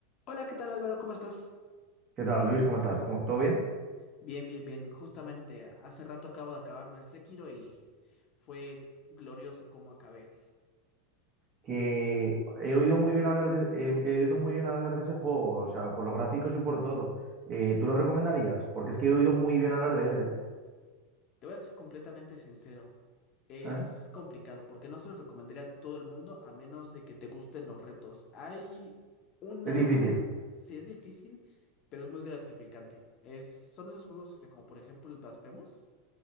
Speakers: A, on the left; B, on the right.
A: Hola, ¿qué tal Álvaro? ¿Cómo estás?
B: ¿Qué tal, Luis? ¿Cómo estás? ¿Cómo- ¿Todo bien?
A: Bien, bien, bien. Justamente hace rato acabo de acabarme el Sekiro y fue glorioso como acabé.
B: Que he oído muy bien hablar de, eh, he oído muy bien hablar de ese juego, o sea, por los gráficos y por todo. Eh, ¿tú lo recomendarías? Porque es que he oído muy bien hablar de él, ¿eh?
A: Te voy a ser completamente sincero. Es
B: ¿Eh?
A: complicado porque no se lo recomendaría a todo el mundo a menos de que te gusten los retos. Hay una...
B: Es difícil.
A: Sí, es difícil, pero es muy gratificante. Es... Son esos juegos este, como por ejemplo el Blasphemous,